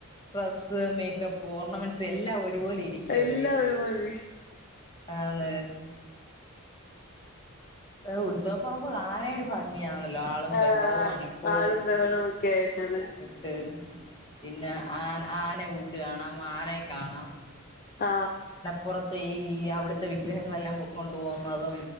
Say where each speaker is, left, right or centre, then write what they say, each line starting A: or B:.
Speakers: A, on the left; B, on the left.
A: ഡ്രസ്സ് മേക്കപ്പ് ഓർണമെന്റ്സ് എല്ലാം ഒരുപോലെ ഇരിക്കും
B: എല്ലാ
A: അവര്
B: ഒരു പോലെരിക്കും
A: ആന്ന് ഏ ഉത്സവപ്പറമ്പ് കാണാനേ ഒരു ഭംഗിയാണല്ലോ ആളും
B: ആഹ്
A: ബഹളവും അനക്കവും
B: ആളും ബഹളവും ഒക്കെ ആയിട്ടത്
A: ട്ട് പിന്നെ ആ ആന കൂട്ട് കാണാം ആനെ കാണാം
B: ആ
A: പുറത്ത് ഈ അവിടത്തെ വിഗ്രഹങ്ങളെല്ലാം പൊക്കൊണ്ടു പോകുന്നതും